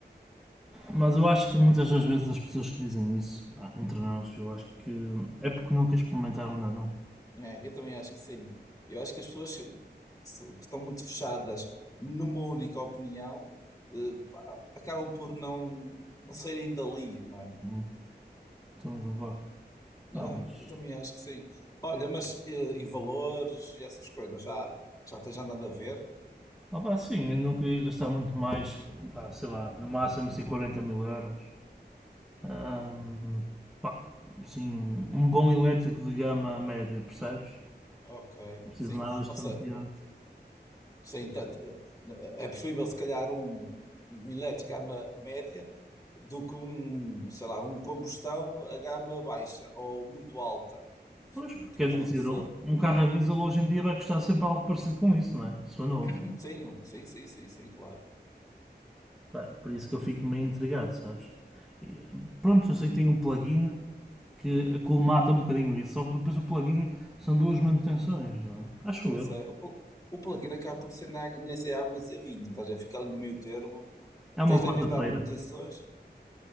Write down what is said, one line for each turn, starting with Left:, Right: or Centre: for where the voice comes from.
Centre: Mas eu acho que muitas das vezes as pessoas que dizem isso, pá, entre nós, eu acho que é porque nunca experimentaram nada, não.
Left: né eu também acho que sim. Eu acho que as pessoas que, se- que estão muito fechadas numa única opinião, eh, pá, acabam por não, não saírem dali, não é?
Centre: Uhum. Também concordo.
Left: Não
Centre: Pá,
Left: é?
Centre: mas
Left: Eu também acho que sim. Olha, mas eh, e valores e essas coisas, já, já tens andado a ver?
Centre: Ah, pá, sim, eu não queria gastar muito mais, pá, sei lá, no máximo assim 40 mil euros. Ahm, pá, sim, um bom elétrico de gama média, percebes?
Left: Ok,
Centre: Não preciso
Left: sim.
Centre: de nada estonteante.
Left: Ou seja, sim, tanto, eh, é preferível se calhar um, um elétrico à gama média do que um, sei lá, um combustão a gama baixa ou muito alta. Sim,
Centre: Pois,
Left: Também
Centre: quer
Left: sou,
Centre: dizer,
Left: sou
Centre: um, um carro a diesel hoje em dia vai custar sempre algo parecido com isso, não é? Se for novo.
Left: <clears throat> sim, um- sim, sim, sim, sim, claro.
Centre: Pá, por isso que eu fico meio intrigado, sabes? E, pronto, eu sei que tem um plugin que acolmata um bocadinho isso, só que depois o plugin são duas manutenções, não é? Acho
Left: Pois
Centre: eu.
Left: é, o, pl- o plug-in acaba por ser na- nem ser água, nem ser vinho, estás a ficar ali no meio termo.
Centre: É uma
Left: Tens
Centre: quarta-feira.
Left: nem mesmo as manutenções?